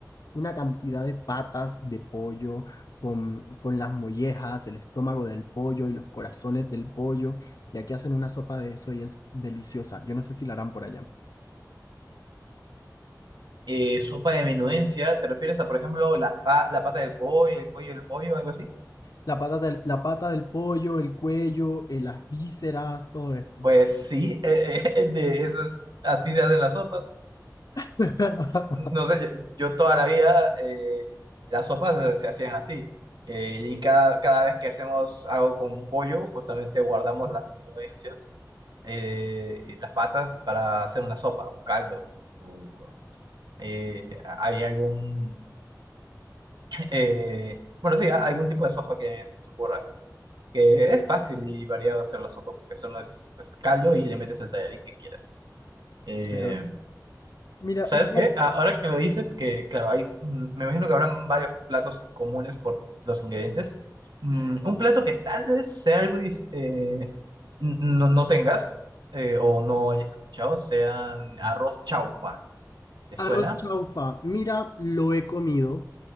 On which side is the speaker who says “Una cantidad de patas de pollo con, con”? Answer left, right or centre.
Left